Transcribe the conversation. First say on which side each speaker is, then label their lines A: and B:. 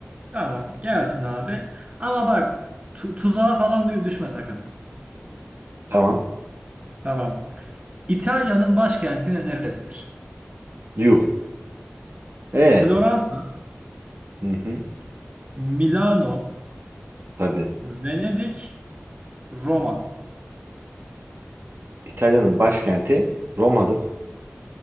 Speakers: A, on the right (about 30°); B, on the right (about 65°).
A: Tamam, gelsin abi. Ama bak tu- tuzağa falan dü- düşme sakın.
B: tamam.
A: Tamam. İtalya'nın başkenti ne- neresidir?
B: Yuh. E.
A: Floransa,
B: Hı hı,
A: Milano,
B: tabii.
A: Venedik, Roma.
B: İtalya'nın başkenti Roma'dır.